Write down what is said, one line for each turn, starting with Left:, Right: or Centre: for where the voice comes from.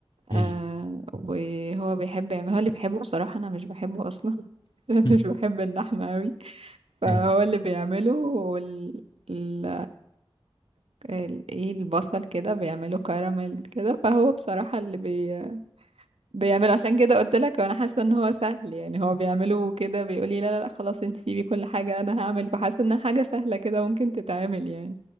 Right: آه
Left: أيوه
Right: وهو بيحب يعمل هو اللي بيحبه بصراحة انا مش بحبه اصلا <laughs>
Left: <laughs>
Right: مش بحب اللحمة قوي فهو
Left: أيوه
Right: اللي بيعمله وال ال... ال... ايه البصل كده بيعمله كراميل كده فهو بصراحة اللي بي... بيعمله عشان كده قلت لك وانا حاسة ان هو سهل يعني هو بيعمله كده بيقولي لا لا لا خلاص انت سيبي كل حاجة انا هعمل فحاسة انها حاجة سهلة كده ممكن تتعمل يعني